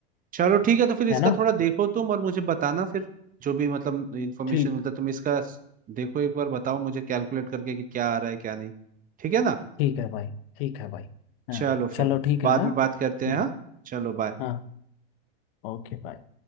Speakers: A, on the right; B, on the left.
A: चलो ठीक है तो फिर इसका
B: है ना
A: थोड़ा देखो तुम और मुझे बताना फिर जो भी मतलब इंफॉर्मेशन
B: ठीक
A: मिलता है तुम इसका स- देखो एक बार बताओ मुझे कैलकुलेट करके कि क्या आ रहा है क्या नहीं ठीक है ना
B: ठीक है भाई ठीक है भाई हाँ
A: चलो
B: चलो
A: फिर
B: ठीक
A: बाद
B: है हाँ
A: में बात करते
B: हम्म,
A: हैं हाँ चलो बाय
B: हाँ ओके भाई